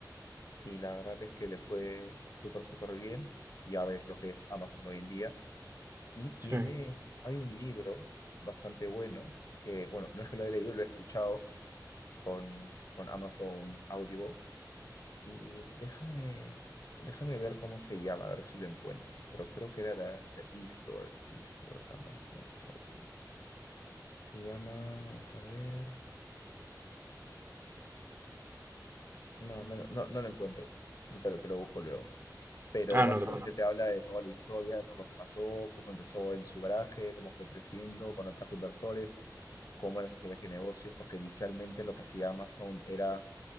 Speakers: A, on the left; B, on the right.
A: Y la verdad es que le fue súper, súper bien. Ya ves lo que es Amazon hoy en día. Y tiene,
B: Sí.
A: hay un libro bastante bueno, que, bueno, no es que lo he leído, lo he escuchado con con Amazon Audible Y déjame, déjame ver cómo se llama, a ver si lo encuentro. Pero creo que era la, la eStore, eStore Amazon Audio. Se llama, vamos a ver. No, no, lo- no, no lo encuentro. Te lo, te lo busco luego. Pero
B: Ah,
A: básicamente
B: no, de-
A: te habla de toda la historia, por lo que pasó, cómo empezó en su garaje, cómo fue creciendo, cuando trajo inversores, cómo era su estrategia de negocios, porque inicialmente lo que hacía Amazon era